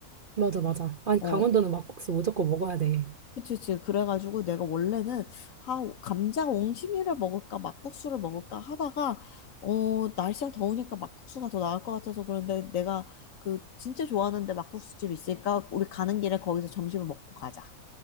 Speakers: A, on the right; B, on the left.
A: 맞아 맞아. 아니
B: 어,
A: 강원도는 막국수 무조건 먹어야 돼.
B: 그치, 그치. 그래가지고 내가 원래는, 아, 감자 옹심이를 먹을까, 막국수를 먹을까 하다가, 어, 날씨가 더우니까 막국수가 더 나을 것 같아서 그런데 내가 그 진짜 좋아하는데 막국수집 있으니까 우리 가는 길에 거기서 점심을 먹고 가자.